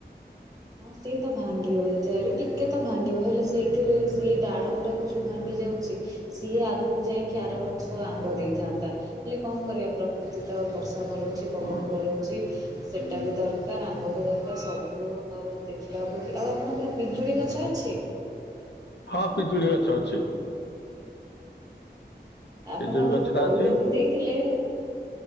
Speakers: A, on the right; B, on the left.
A: ହଁ ସିଏ ତ ଭାଙ୍ଗିବ ଯେତେ ହେଲେବି ଟିକେ ତ ଭାଙ୍ଗିବ ହେଲେ ସେଇଥିରେ ସେଇ ଡାଳ ଗୁଡା ଯୋଉ ଭାଙ୍ଗି ଯାଉଛି ସିଏ ଆଗକୁ ଯାଇଁକି ଆର ବର୍ଷ ଆମ୍ବ ଦେଇଥାନ୍ତା ହେଲେ କଣ କରିବା ପ୍ର କୃତିତ ବର୍ଷା କରଉଛି ପବନ
B: ହଁ
A: କରଉଛି। ସେଟା ବି ଦରକାର ଆମ୍ବ ବି ଦରକାର ସବୁ ହଉ ଦେଖିଲେ ହବ କି ଆଉ ଆପଣଙ୍କର ପିଜୁଳି ଗଛ ଅଛି?
B: ହଁ ପିଜୁଳି ଗଛ ଅଛି।
A: ଆପଣ
B: ପିଜୁଳି ଗଛଟା
A: ଯୋଉ ପଇଡ
B: ଅଛି
A: ବି ଦେଇଥିଲେ